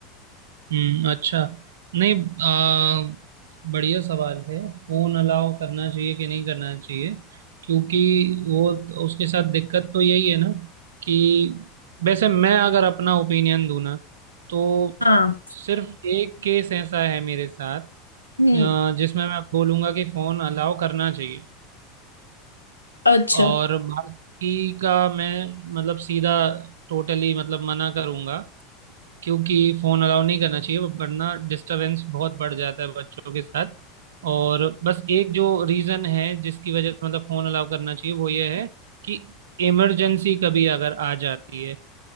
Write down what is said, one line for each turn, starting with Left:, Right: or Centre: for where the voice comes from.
Right: हम्म अच्छा नहीं आ, बढ़िया सवाल है फोन अलाउ करना चाहिए कि नहीं करना चाहिए क्योंकि वो तो- उसके साथ दिक्कत तो यही है ना कि वैसे मैं अगर अपना ओपिनियन दूं ना तो
Left: हाँ
Right: सिर्फ एक केस ऐसा है मेरे साथ अ,
Left: हम्म
Right: जिसमें मैं बोलूंगा कि फोन अलाउ करना चाहिए
Left: अच्छा
Right: और बाकी का मैं मतलब सीधा टोटली मतलब मना करूंगा क्योंकि फोन अलाउ नहीं करना चाहिए वरना डिस्टरबेंस बहुत बढ़ जाता है बच्चों के साथ और बस एक जो रीजन है जिसकी वजह से मतलब फोन अलाउ करना चाहिए वो ये है कि इमरजेंसी कभी अगर आ जाती है